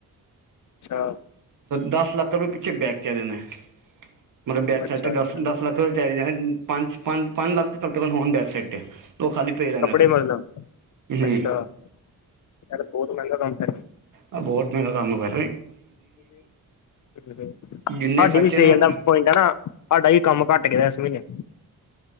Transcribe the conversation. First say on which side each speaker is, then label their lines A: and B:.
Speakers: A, on the left; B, on the right.
A: ਅੱਛਾ
B: ਦਸ ਲੱਖ ਰੁਪਏ ਪਿੱਛੇ ਬੈਕ ਚਾਹੀਦੇ ਨੇ ਮਤਲਬ ਬੈਕ
A: ਅੱਛਾ
B: ਸਾਈਡ ਤੇ ਦਸ
A: ਅੱਛਾ
B: ਦਸ ਲੱਖ ਚਾਹੀਦੇ ਜਾ ਪੰਜ ਪੰਜ ਪੰਜ ਲੱਖ ਤਾਂ ਘੱਟ ਤੋਂ ਘੱਟ ਹੋਣ ਬੈਕ ਸਾਈਡ ਤੇ ਉਹ ਖਾਲੀ ਪਏ ਰਹਿਣ
A: ਕੱਪੜੇ
B: ਦੇ
A: ਮਤਲਬ
B: ਹੂੰ
A: ਅੱਛਾ ਯਾਰ ਇਹ ਤਾਂ ਬਹੁਤ ਮਹਿੰਗਾ ਕੰਮ ਫੇਰ
B: ਆ ਬਹੁਤ ਮਹਿੰਗਾ ਕੰਮ ਬਾਈ
A: ਸਾਡੀ
B: ਜਿੰਨੇ ਖਰਚੇ
A: ਵੀ ਸਵੇਰ
B: ਨੂੰ
A: ਦਾ ਕੋਈ ਨਾ ਸਾਡਾ ਵੀ ਕੰਮ ਘੱਟ ਗਿਆ ਇਸ ਮਹੀਨੇ